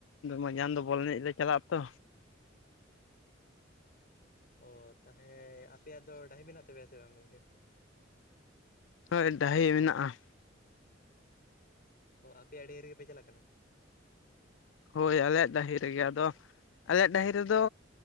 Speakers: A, on the left; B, on the left.
A: ᱢᱟᱡᱟᱱ ᱫᱚ ᱵᱚᱞ ᱮᱱᱮᱡ ᱞᱮ ᱪᱟᱞᱟᱜ ᱟᱛᱚ।
B: ᱚ ᱛᱟᱦᱚᱞᱮ ᱟᱯᱮᱭᱟᱜ ᱫᱚ ᱰᱟᱹᱦᱤ ᱢᱮᱱᱟᱜ ᱛᱟᱯᱮᱭᱟ ᱥᱮ ᱵᱟᱝ ᱜᱚᱝᱠᱮ।
A: ᱦᱳᱭ ᱰᱟᱹᱦᱤ ᱢᱮᱱᱟᱜᱼᱟ।
B: ᱚ ᱟᱯᱮᱭᱟᱜ ᱰᱟᱹᱦᱤ ᱨᱮᱜᱮ ᱯᱮ ᱪᱟᱞᱟᱜ ᱠᱟᱱᱟ।
A: ᱦᱳᱭ ᱟᱞᱮᱭᱟᱜ ᱰᱟᱹᱦᱤ ᱨᱮᱜᱮ ᱟᱫᱚ ᱟᱞᱮᱭᱟᱜ ᱰᱟᱹᱦᱤ ᱨᱮᱫᱚᱼᱼ